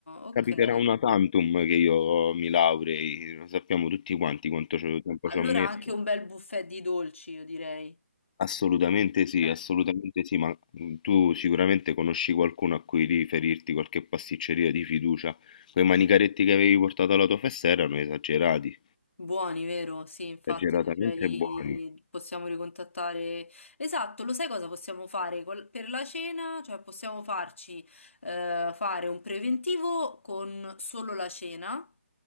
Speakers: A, on the left; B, on the left.
A: Ok,
B: capiterà
A: eh.
B: una tantum che io mi laurei, lo sappiamo tutti quanti quanto c'ho- tempo
A: Allora
B: ci ho messo.
A: Sì. anche un bel buffet di dolci, io direi.
B: Assolutamente sì,
A: Eh.
B: assolutamente sì, ma mm, tu sicuramente conosci qualcuno a cui riferirti, qualche pasticceria di fiducia. Quei manicaretti che avevi portato alla tua festa erano esagerati,
A: Buoni, vero? Sì, infatti
B: esageratamente
A: dovrei...
B: buoni.
A: possiamo ricontattare... Esatto, lo sai cosa possiamo fare Col- per la cena? Cioè possiamo farci eh, fare un preventivo con solo la cena